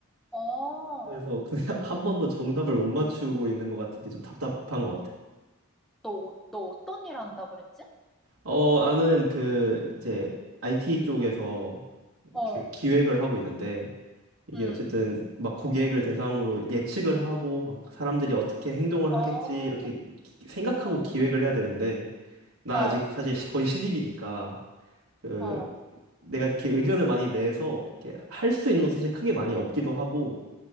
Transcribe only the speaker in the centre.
어.
너, 어- 너 어떤 일 한다 그랬지?
어,
응.
어,
어,
어,
어,
응.